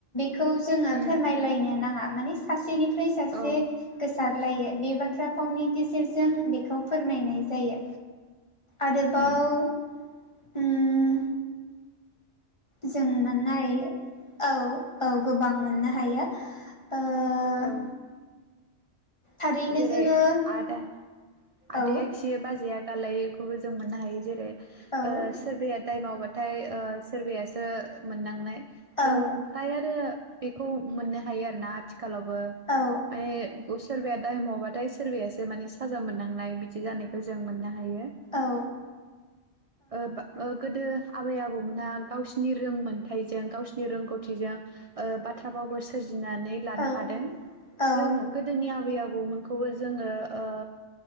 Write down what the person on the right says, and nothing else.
उम
औ
उम
औ
जेरै
आदा आदाया
खियो बाजैया। गालायो खौबो जों मोननो हायो जेरै ओ
सोरबाया दाय माव थाय ओ सोरबायासो मोननांनाय।
जों फ्राय आरो। बेखौ मोननो हायो आरोना आथिख। खालावबो
<unintelligible> ओ सोरबेथ। दाय मावबाथाय सोरबासो मानि साजा मोननांनाय बिदि जानायखौ जों मोन हायो
ओ गो-गोदो। आबै आबौमोनहा गावसिनि रोंमोनथाइजों गावसिनि रोंगौथिजों ओ बाथ्रा भावबो सोर <unintelligible> लानोहादों
जों गोदोनि आबै आबौ आबौमोनखौबो जोङो ओ